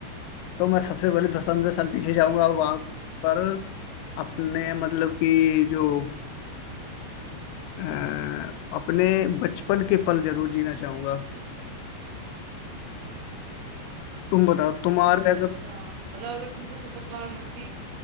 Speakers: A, on the left; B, on the right.
A: तो मैं सबसे पहले दस पंद्रह साल पीछे जाऊंगा और वहां पर अपने मतलब कि जो अ, अपने बचपन के पल जरूर जीना चाहूंगा तुम बताओ तुम्हारे
B: अच्छा
A: अगर
B: अच्छा मतलब अगर तुमको सुपर पावर मिलती है